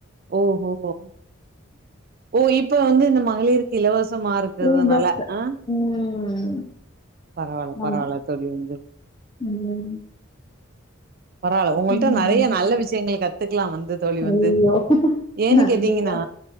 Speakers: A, on the right; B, on the left.
A: ஓஹோஹோ ஓ இப்ப வந்து இந்த மகளிர் இலவசமா இருகறதனால
B: ஃப்ரீ பஸ்ஸு
A: ஆ
B: ம்
A: பரவால பரவால
B: ஆமா
A: தோழி உங்களுக்
B: ம்
A: பரவால்ல உங்கள்ட்ட
B: ம்
A: நறைய நல்ல விஷயங்கள் கத்துக்லா வந்து தோழி
B: ஐயோ
A: வந்து ஏன்னு
B: நன்றிக்கா
A: கேட்டீங்கன்னா